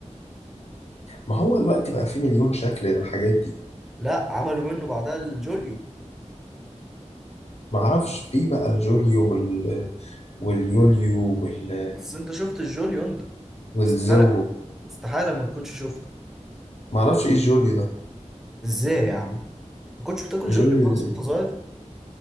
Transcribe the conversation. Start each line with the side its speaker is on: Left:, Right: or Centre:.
Left: ما هو الوقت بقى فيه مليون شكل للحاجات دي
Centre: لا عملوا منه بعدها الجوليو
Left: معرفش فيه بقى الجوليو وال... واليوليو وال...
Centre: بس انت شفت الجوليو انت
Left: والزو
Centre: استحالة استحالة ما تكونش شفته
Left: معرفش إيه الجوليو ده
Centre: ازاي يا عم ما كنتش بتاكل
Left: الجوليو
Centre: جوليو خالص
Left: ده إيه؟
Centre: وانت صغير